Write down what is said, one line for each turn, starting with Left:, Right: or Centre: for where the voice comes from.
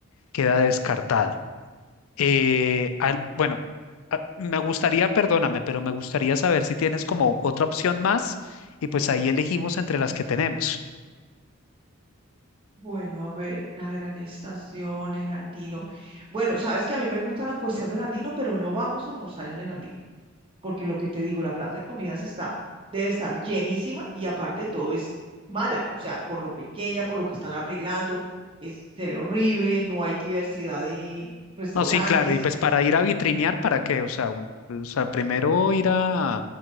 Left: queda descartado. Eh, al- bueno, a- me gustaría, perdóname, pero me gustaría saber si tienes como otra opción más y pues ahí elegimos entre las que tenemos.
Right: Bueno, a ver, la Gran Estación, el Andino. Bueno, sabes que a mí me gusta la cuestión del Andino, pero no vamos a almorzar en el Andino, porque lo que te digo, la plaza de comidas está, debe estar llenísima y aparte de todo es mala, o sea, por lo pequeña, por lo que están arreglando, es, se ve horrible, no hay diversidad de restaurantes.
Left: No, sí, claro, y pues para ir a vitrinear, ¿para qué? O sea, un- o sea, primero ir a,